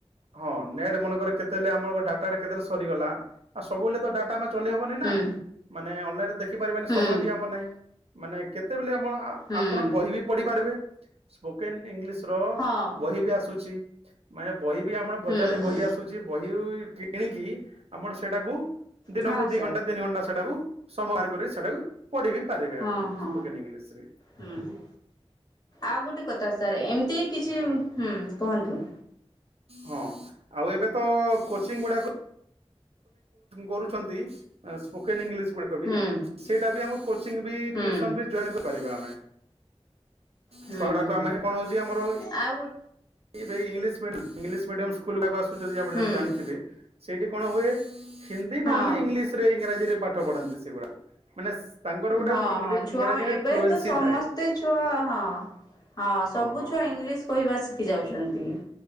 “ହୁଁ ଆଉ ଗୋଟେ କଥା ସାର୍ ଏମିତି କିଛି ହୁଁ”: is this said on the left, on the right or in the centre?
Left